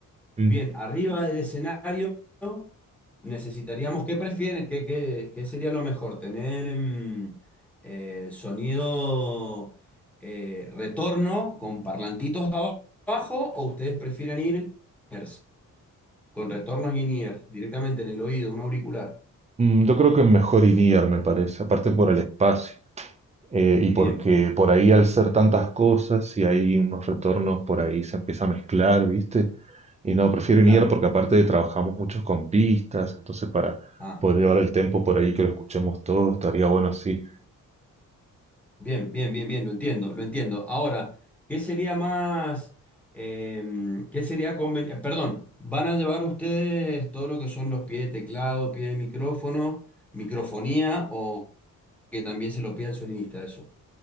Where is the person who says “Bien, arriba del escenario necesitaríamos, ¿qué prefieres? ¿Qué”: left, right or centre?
Centre